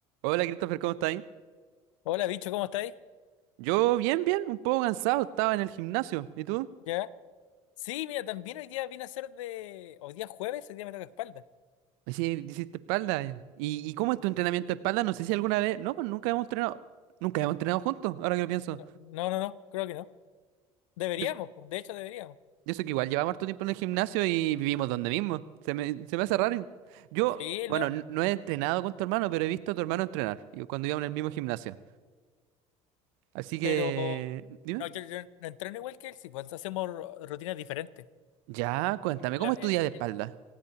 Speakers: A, on the right; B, on the left.
A: Hola Christopher, ¿cómo estás?
B: Hola, bicho, ¿cómo estáis?
A: Yo bien, bien, un poco cansado, estaba en el gimnasio. ¿Y tú?
B: ¿Ya? Sí, mira, también hoy día vine a ser de... Hoy día es jueves, hoy día me toca espalda.
A: Sí, hiciste espalda. eh. ¿Y, y cómo es tu entrenamiento de espalda? No sé si alguna vez... No, pues nunca hemos entrenado... Nunca hemos entrenado juntos, ahora que lo pienso.
B: No, no, no, no, creo que no. Deberíamos,
A: Yo,
B: pues, de hecho deberíamos.
A: yo sé que igual llevamos harto tiempo en el gimnasio y vivimos donde mismo. Se me, se me hace raro. Yo,
B: Sí,
A: bueno,
B: no,
A: n- no he entrenado con tu hermano, pero he visto a tu hermano entrenar. Yo cuando íbamos en el mismo gimnasio. Así que...
B: pero...
A: Dime.
B: No, yo, yo no entreno igual que él, sí, pues hacemos ru- rutinas diferentes.
A: Ya, cuéntame,
B: El-
A: ¿cómo
B: el-
A: estudias de
B: el-
A: espalda,